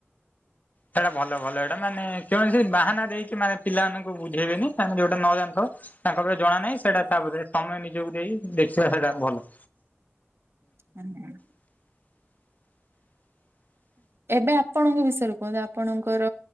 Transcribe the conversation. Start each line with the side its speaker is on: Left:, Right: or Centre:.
Left: ସେଇଟା ଭଲ ଭଲ ଏଇଟା ମାନେ କୌଣସି ବାହାନା ଦେଇକି ମାନେ ପିଲାମାନଙ୍କୁ ବୁଝେଇବେନି ତାଙ୍କୁ ଯୋଉଟା ନ ଜାଣନଥିବ ତାଙ୍କ ପାଇଁ ଜଣା ନାହିଁ ସେଇଟା ତାପରେ ସମୟ ନିଜକୁ ଦେଇ ଦେଖିବା ସେଇଟା ଭଲ।
Right: <inaudible>
Left: <inaudible>
Right: ଏବେ ଆପଣଙ୍କ ବିଷୟରେ କୁହନ୍ତୁ ଆପଣଙ୍କର